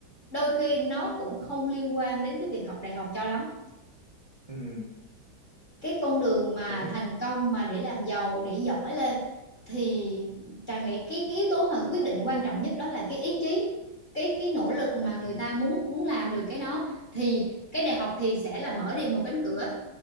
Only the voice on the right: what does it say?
ừ
đúng
ừ,